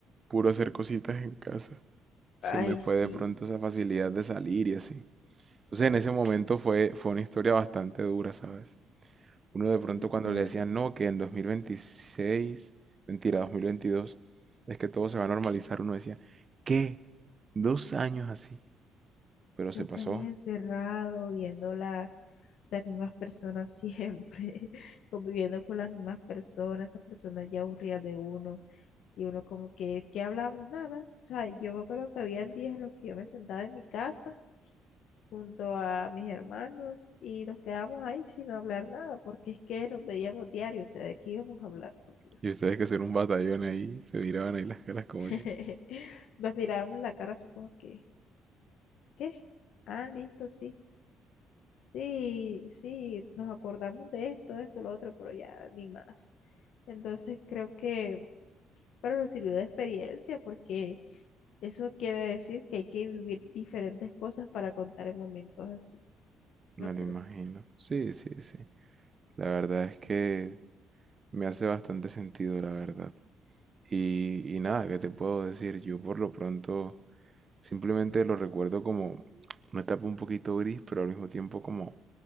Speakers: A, on the right; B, on the left.
A: puro hacer cositas en casa. Se
B: Ay,
A: me fue
B: sí.
A: de pronto esa facilidad de salir y así. Entonces en ese momento fue, fue una historia bastante dura, ¿sabes? Uno de pronto
B: total,
A: cuando le decían, no, que en dos mil veintiséis mentira, 2022 es que todo se va a normalizar, uno decía, ¿qué? Dos años así. Pero se
B: Dos
A: pasó.
B: años encerrado, viendo las, las mismas personas siempre, <laughs> conviviendo con las mismas personas, esas personas ya aburridas de uno. Y uno como que, ¿qué hablábamos? Nada. O sea, yo me acuerdo que había días en los que yo me sentaba en mi casa junto a mis hermanos y nos quedábamos ahí sin hablar nada, porque es que nos veíamos diario, o sea, ¿de qué íbamos a hablar, por Dios?
A: Y ustedes que ser un batallón ahí, se miraban ahí las caras como
B: <laughs>
A: que...
B: Nos mirábamos la cara así como que, ¿qué? Ah, listo, sí. Sí, sí, nos acordamos de esto, de esto, lo otro, pero ya ni más. Entonces creo que, pero nos sirvió de experiencia porque eso quiere decir que hay que vivir diferentes cosas para contar en momentos así,
A: Me
B: ¿no crees?
A: lo imagino. Sí, sí, sí. La verdad es que Me hace bastante sentido, la verdad. Y, y nada, ¿qué te puedo decir? Yo por lo pronto simplemente lo recuerdo como una etapa un poquito gris, pero al mismo tiempo como